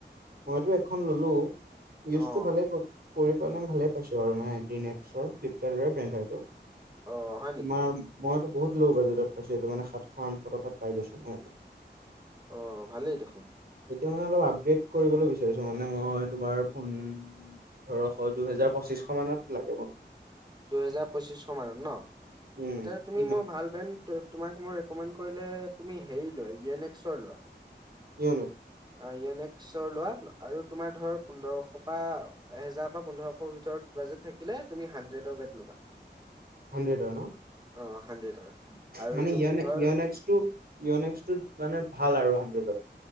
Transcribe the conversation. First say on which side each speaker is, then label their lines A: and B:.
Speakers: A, on the right (about 60°); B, on the right (about 25°).
A: মইতো এখন ললো ইউজটো
B: অ
A: ভালে কৰ- কৰি ভালেই পাইছো আৰু মানে ফ্লিপকাৰ্টৰে ব্ৰেণ্ড হয়টো।
B: অ হয়
A: তোমাৰ
B: নেকি
A: মইতো বহুত ল' বাজেটত পাইছো এইটো মানে সাতশ আঠশ টকাত পাই গৈছো নহয় এইটো।
B: অঁ ভালেই দেখোন।
A: এতিয়া মানে অলপ আপগ্ৰেড কৰিবলৈ বিচাৰিছো মানে মই তোমাৰ ফোন - পোন্ধৰশ দুহেজাৰ পঁচিশ মানত লাগে মোক।
B: দুহেজাৰ পঁচিছশ মানত ন তেতিয়াতো
A: উম
B: তুমি
A: কি
B: মোৰ
A: মানে
B: ভাল ব্ৰেণ্ডতো। তোমাক মই ৰিকমেণ্ড কৰিলে তুমি হেৰি লোৱা ই ইয়নেক্সৰ লোৱা।
A: কি হয় নো।
B: অঁ ইয়নেক্স। পিছৰ লোৱা আৰু তোমাৰ ধৰ পোন্ধৰশ পৰা এহেজাৰ পৰা পোন্ধৰশ বাজেট থাকিলে তুমি শান্তি। ণ্ড্ৰেডৰ বেট লবা।
A: হাণ্ড্ৰেডৰ ন।
B: অঁ হাণ্ড্ৰেডৰ। আৰু
A: মানে
B: তুমি
A: ইয়নে
B: ধৰ
A: ইয়'নেক্সটো ইয়'নেক্সটোত মানে ভাল আৰু হাণ্ড্ৰেডত।